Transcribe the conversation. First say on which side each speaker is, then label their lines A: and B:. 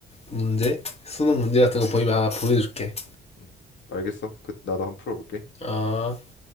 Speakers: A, on the left; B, on the left.
A: 문제 수능 문제 같은 거 보이면 하나 보내줄게
B: 음, 알겠어. 그 나도 한번 풀어볼게.
A: 아